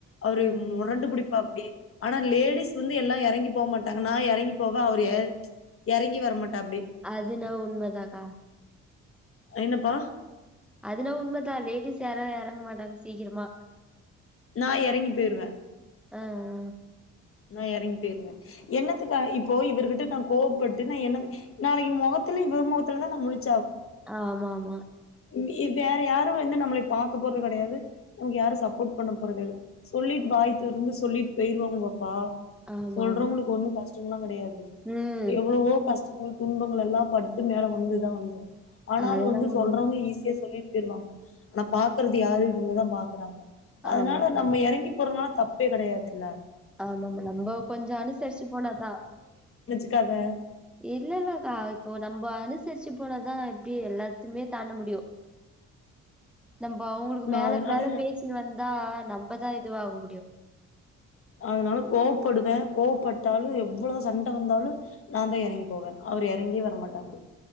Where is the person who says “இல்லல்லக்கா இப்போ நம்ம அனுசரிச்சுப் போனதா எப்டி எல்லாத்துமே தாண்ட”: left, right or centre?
Centre